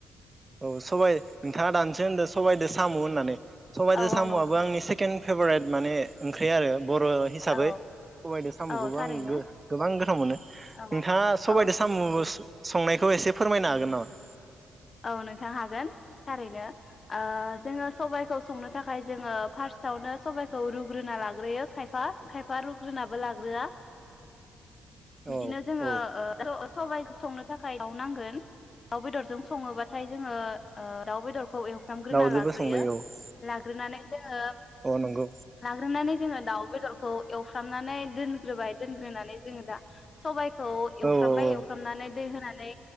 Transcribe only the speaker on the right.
औ सबाय नोंथाङा दानिसो होनदो सबायदो साम' होननानै सबाइदो
साम'आबो
आंनि सेकेन फेभरेट माने ओंख्रि आरो ‌ बर' हिसाबै
सबायइजों साम'खौबो
आं गो गोबां गोथाव मोनो नोंथाङा
सबायदो
सामु' संनायखौ एसे फोरमायनो हागोन नामा?
औ
औ
दाउजोंबो
संजायो औ
औ नंगौ
औ औ